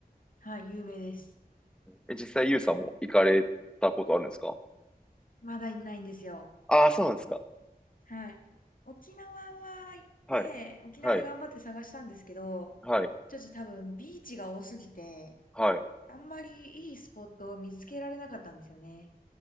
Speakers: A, on the left; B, in the centre.
A: はい、有名です。
B: え、実際ユウさんも行かれたことあるんですか
A: まだいないんですよ。
B: ああ、そうなんですか。
A: はい。沖縄は行って、
B: はい、
A: 沖縄で頑張って探したんですけど、
B: はい、はい、
A: ちょっと多分ビーチが多すぎて、
B: はい。
A: あんまりいいスポットを見つけられなかったんですよね。